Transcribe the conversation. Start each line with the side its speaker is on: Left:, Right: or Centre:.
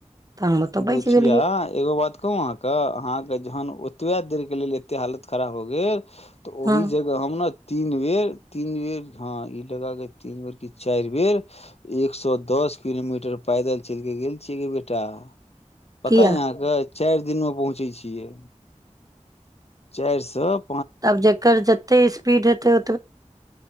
Right: तऽ हम ओतऽ
Left: बुचिया
Right: बचि गेलियै
Left: एगो बात कहू अहाँके अहाँके जहन ओतबे देर लेल एते हालत खराब हो गेल तऽ ओही
Right: हँ
Left: जगह हम ने तीन बेर तीन बेर हँ ई लग के तीन बेर क चारि बेर एक सए दस किलोमीटर पैदल चल के गेल छियै के बेटा पता
Right: किया
Left: या अहाँकें चारि दिन मे पहुँचे छियै चारि स
Right: तब जकर जते स्पीड हेतै ओ